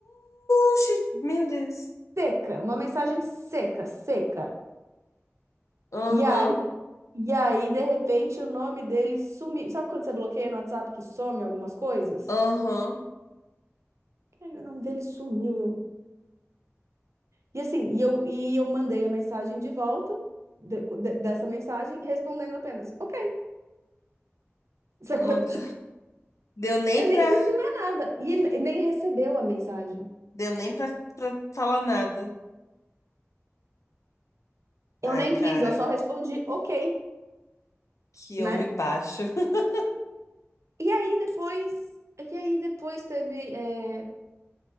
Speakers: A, on the left; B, on the right.
A: Uxi, meu Deus.
B: Seca, uma mensagem seca, seca.
A: Aham,
B: E aí, e aí, de repente, o nome dele sumiu. Sabe quando você bloqueia no WhatsApp que some algumas coisas?
A: aham.
B: Aí o nome dele sumiu. eu- E assim, e eu, e eu mandei a mensagem de volta de- de- dessa mensagem, respondendo apenas, ok. <laughs> Sacou?
A: Não de-
B: Tipo,
A: deu nem
B: eu nem
A: pra.
B: disse mais nada. E ele nem recebeu a mensagem.
A: Deu nem pra, pra falar nada.
B: Eu
A: Ai,
B: nem
A: cara,
B: quis, eu só respondi, ok,
A: que
B: né?
A: homem baixo. <laughs>
B: E aí depois. E aí depois teve. é,